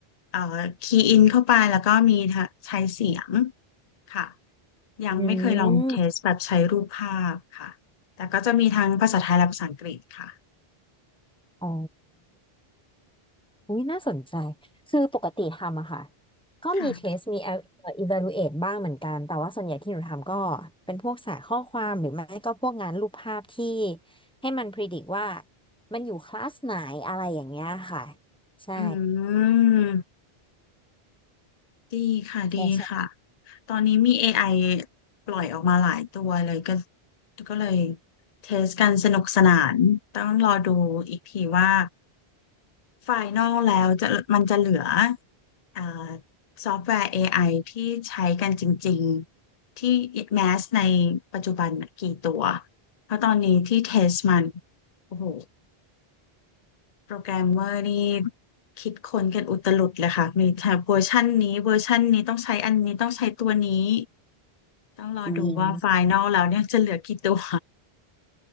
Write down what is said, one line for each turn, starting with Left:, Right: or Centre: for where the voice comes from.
Left: อ่า key in เข้าไปแล้วก็มีทั้งใช้เสียงค่ะยังไม่เคยลอง
Centre: อืม
Left: test แบบใช้รูปภาพค่ะแต่ก็จะมีทั้งภาษาไทยและภาษาอังกฤษค่ะ
Centre: อ๋อ อุ้ยน่าสนใจคือปกติทำอะค่ะก็มีเทส
Left: ค่ะ
Centre: มี ev- เอ่อ evaluate บ้างเหมือนกันแต่ว่าส่วนใหญ่ที่หนูทำก็เป็นพวกสายข้อความหรือไม่ก็พวกงานรูปภาพที่ให้มัน predict ว่ามันอยู่คลาสไหนอะไรอย่างเงี้ยค่ะใช่
Left: อืมดีค่ะดีค่ะ
Centre: ใช่ใช่
Left: ตอนนี้มี AI ปล่อยออกมาหลายตัวเลยก็ก็เลยเทสกันสนุกสนานต้องรอดูอีกทีว่าไฟนอลแล้วจะมันจะเหลืออ่าซอฟต์แวร์ AI ที่ใช้กันจริงๆที่แมสในปัจจุบันน่ะกี่ตัวเพราะตอนนี้ที่เทสมันโอ้โห โปรแกรมเมอร์นี่คิดค้นกันอุตลุดเลยค่ะมีแต่เวอร์ชันนี้เวอร์ชันนี้ต้องใช้อันนี้ต้องใช้ตัวนี้ต้องรอดูว่าไฟนอลแล้วเนี่ยจะเหลือกี่ตัว
Centre: จริง